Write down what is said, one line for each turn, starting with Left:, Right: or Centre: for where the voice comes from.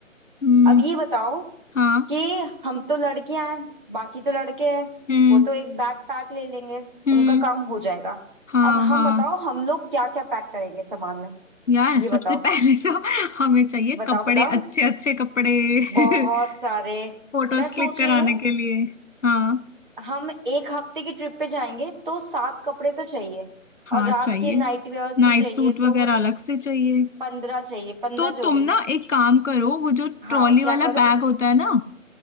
Left: हम्म
Right: अब ये बताओ
Left: हाँ
Right: कि हम तो लड़कियां हैं बाकी तो लड़के हैं
Left: हम्म
Right: वो तो एक बैग पैक ले लेंगे
Left: हम्म
Right: उनका काम हो जाएगा
Left: हाँ
Right: अब हम
Left: हाँ
Right: बताओ हम लोग क्या क्या पैक करेंगे सामान में
Left: यार
Right: ये
Left: सबसे
Right: बताओ
Left: पहले तो <laughs> हमें चाहिए
Right: बताओ
Left: कपड़े
Right: बताओ
Left: अच्छे अच्छे कपड़े
Right: बहुत
Left: <laughs>
Right: सारे
Left: फोटोज
Right: मैं
Left: क्लिक
Right: सोच
Left: कराने
Right: रही हूँ
Left: के लिए हाँ
Right: हम एक हफ्ते की ट्रिप पे जाएंगे तो सात कपड़े तो चाहिए
Left: हाँ
Right: और रात
Left: चाहिए
Right: के नाइट वेयर्स
Left: नाइट
Right: भी चाहिए
Left: सूट वगैरह
Right: तो
Left: अलग से चाहिए
Right: पंद्रह चाहिए पंद्रह
Left: तो
Right: जोड़ी
Left: तुम ना एक काम करो वो जो
Right: हाँ
Left: ट्रॉली
Right: क्या
Left: वाला
Right: करूँ
Left: बैग होता है ना